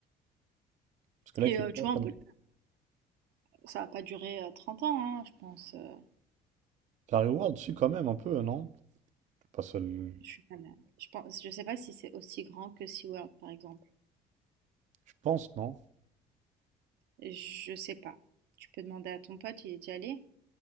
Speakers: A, on the right (about 45°); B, on the right (about 75°).
A: Parce que là,
B: Et
A: il fait
B: euh,
A: quoi
B: tu vois,
A: comme.
B: on peut, le- ça va pas durer euh, 30 ans, hein, je pense. euh,
A: Faire Reworld, si, quand même, un peu, euh, non? Pas seul.
B: Je suis pas là. Je pense, je sais pas si c'est aussi grand que SeaWorld, par exemple.
A: Je pense, non?
B: Je sais pas. Tu peux demander à ton pote, il est déjà allé.